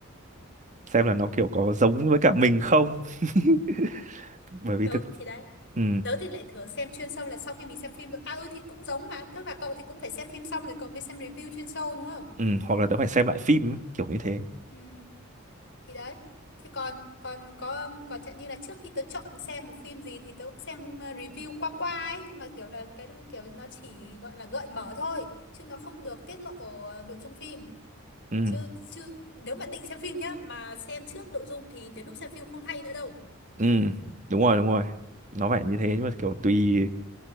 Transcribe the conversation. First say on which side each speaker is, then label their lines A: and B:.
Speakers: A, on the right; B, on the left.
A: xem là nó kiểu có giống với cả mình không <laughs> bởi vì
B: Ừ
A: thực
B: thì đấy.
A: ừ
B: Tớ thì lại thường xem chuyên sâu là sau khi mình xem phim rồi. À ừ thì cũng giống mà, tức là cậu thì cũng phải xem phim xong rồi cậu mới xem review chuyên sâu đúng không?
A: ừ hoặc là nó phải xem lại phim ấy, kiểu như thế
B: Ừ, thì đấy. Thế còn còn có còn chẳng như là trước khi tớ chọn xem một phim gì thì tớ cũng xem ờ, review qua qua ấy nhưng mà kiểu là cái kiểu nó chỉ gọi là gợi mở thôi chứ nó không được tiết lộ ờ, nội dung phim.
A: ừ
B: Chứ chứ nếu mà định xem phim nhá mà xem trước nội dung thì đến lúc xem phim không hay nữa đâu.
A: Ừ, đúng rồi, đúng rồi. Nó phải như thế nhưng mà kiểu tùy